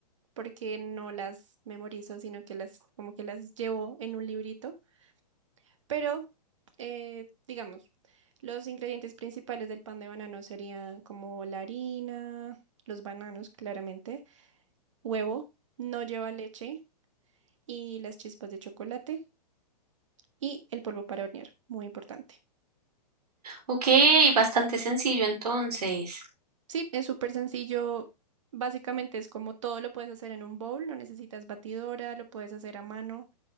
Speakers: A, on the right; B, on the right.
A: porque no las memorizo, sino que las como que las llevo en un librito. Pero eh, digamos, los ingredientes principales del pan de banano serían como la harina, los bananos claramente, huevo, no lleva leche y las chispas de chocolate y el polvo para hornear, muy importante.
B: Ok, bastante sencillo entonces.
A: Sí, es súper sencillo. Básicamente es como todo lo puedes hacer en un bowl, no necesitas batidora, lo puedes hacer a mano